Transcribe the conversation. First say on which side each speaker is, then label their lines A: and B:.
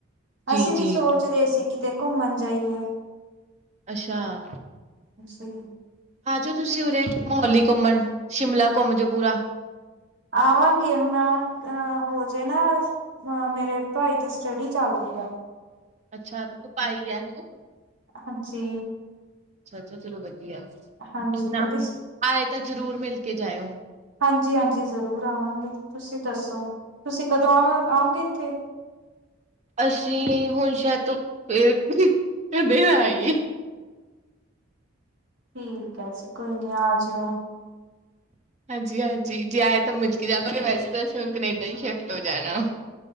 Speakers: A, on the right (about 35°); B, on the right (about 60°).
A: ਜੀ
B: ਅਸੀਂ ਵੀ
A: ਜੀ
B: ਸੋਚ ਰਹੇ ਸੀ ਕਿਤੇ ਘੁੰਮਣ ਜਾਈਏ
A: ਅੱਛਾ-
B: ਤੇ-
A: ਆ ਜਾਓ ਤੁਸੀਂ ਉਰੇ ਮੋਹਾਲੀ ਘੁੰਮਣ ਸ਼ਿਮਲਾ ਘੁੰਮ ਜੋ ਪੂਰਾ
B: ਆਵਾਂਗੇ ਹੁਣ ਅ ਹੋ ਜਾਇ ਨਾ ਮੇਰੇ ਭਾਈ ਦੀ ਸਟੱਡੀ ਚੱਲਦੀ ਹੈ।
A: ਅੱਛਾ ਭਾਈ ਆ ਅੱਛਾ
B: ਹਾਂਜੀ
A: -ਅੱਛਾ ਚਲੋ ਵਧੀਆ
B: ਹਾਂਜੀ
A: ਕੋਈ ਨਾ
B: ਉਹਦੀ
A: ਆਏ ਤਾਂ ਜਰੂਰ ਮਿਲ ਕੇ ਜਾਇਓ
B: ਹਾਂਜੀ ਹਾਂਜੀ ਜ਼ਰੂਰ ਆਵਾਂਗੇ ਤੁਸੀਂ ਦੱਸੋ ਤੁਸੀਂ ਕਦੋਂ ਆਵ ਆਓਗੇ ਇੱਥੇ
A: ਅਸੀਂ ਹੁਣ ਸ਼ਾਇਦ ਤੋਂ ਫਿਰ ਕਦੇ ਨਾ ਆਈਏ
B: ਠੀਕ ਹੈ। ਕੋਈ ਨੀ ਆ ਜਇਓ
A: ਹਾਂ ਜੀ ਜੀ ਹਾਂਜੀ ਜੀ ਆਏ ਤਾਂ ਮਿਲ ਕੇ ਜਾਵਾਂਗੇ ਵੈਸੇ ਅਸੀਂ ਤਾਂ ਹੁਣ ਕਨੇਡਾ ਹੀ ਸ਼ਿਫਟ ਹੋ ਜਾਣਾ